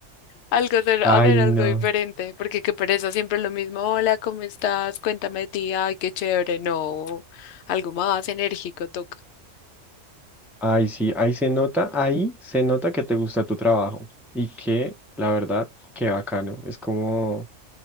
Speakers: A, on the left (about 65°); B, in the centre.
A: Algo de,
B: Ay,
A: hacer
B: no.
A: algo diferente, porque qué pereza, siempre lo mismo. Hola, ¿cómo estás? Cuéntame de ti. Ay, qué chévere. No, algo más enérgico toca.
B: Ay, sí, ahí se nota, ahí se nota que te gusta tu trabajo y que, la verdad, qué bacano. Es como